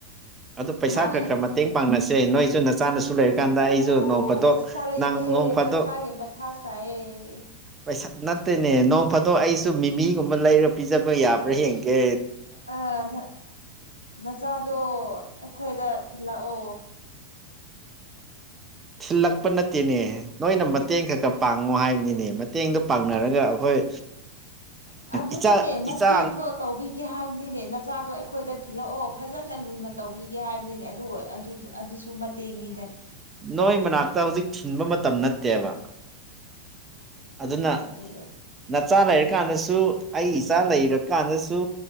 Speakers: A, on the right (about 20°); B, on the left (about 85°).
A: ꯑꯗꯨ ꯄꯩꯁꯥ
B: ꯅꯪ
A: ꯈꯔ ꯈꯔ ꯃꯇꯦꯡ ꯄꯥꯡꯅꯁꯦ ꯅꯣꯏꯁꯨ ꯅꯆꯥꯅꯁꯨ ꯁꯨ ꯂꯩꯔꯀꯥꯟꯗ
B: ꯑꯦ
A: ꯑꯩꯁꯨ ꯅꯣꯡꯗꯣ
B: ꯄꯩꯁꯥ ꯂꯩꯇꯦ
A: ꯅꯣꯡꯄꯗꯣ
B: ꯄꯩꯁꯥꯒꯤ ꯃꯊꯥ ꯁꯥꯏꯌꯦ
A: ꯄꯩꯁꯥ ꯅꯠꯇꯦꯅꯦ ꯅꯣꯡ ꯐꯥꯗꯣꯛ ꯑꯩꯁꯨ ꯃꯤꯃꯤꯒꯨꯝꯕ ꯂꯩꯔꯒ ꯄꯤꯖꯕ ꯌꯥꯕ꯭ꯔꯥ ꯍꯡꯒꯦ
B: ꯑ ꯅ ꯅꯁꯥ ꯑꯗꯣ ꯑꯩꯈꯣꯏꯗ ꯊꯤꯜꯂꯛꯑꯣ
A: ꯁꯤꯜꯂꯛꯄ ꯅꯠꯇꯦꯅꯦ ꯅꯣꯏꯅ ꯃꯇꯦꯡ ꯈꯛꯀ ꯄꯥꯡꯉꯣ ꯍꯥꯏꯕꯅꯤꯅꯦ ꯃꯇꯦꯡꯗꯣ ꯄꯥꯡꯅꯔꯒ ꯑꯩꯈꯣꯏ
B: ꯑꯗꯨꯅꯤꯅꯦ
A: ꯏꯆꯥ
B: ꯃꯇꯦꯡꯗꯣ
A: ꯏꯆꯥ
B: ꯇꯧꯕꯤꯒꯦ ꯍꯥꯏ ꯅꯤꯅꯦ ꯅꯆꯥꯗꯣ ꯑꯩꯈꯣꯏꯗ ꯊꯤꯜꯂꯛꯑꯣ ꯐꯖꯅ ꯂꯨꯅ ꯇꯧꯕꯤꯒꯦ ꯍꯥꯏꯕꯅꯤꯅꯦ ꯑꯗꯨ ꯑꯗꯨꯁꯨ ꯃꯇꯦꯡꯅꯤ
A: ꯅꯣꯏ ꯃꯅꯥꯛꯇ ꯍꯧꯖꯤꯛ ꯊꯤꯟꯕ ꯃꯇꯝ ꯅꯠꯇꯦꯕ
B: ꯎꯝ
A: ꯑꯗꯨꯅ
B: ꯑꯗꯨ
A: ꯅꯆꯥꯥꯂ ꯀꯥꯟꯗꯁꯨ ꯑꯩ ꯏꯆꯥ ꯂꯩꯔꯀꯥꯟꯗꯁꯨ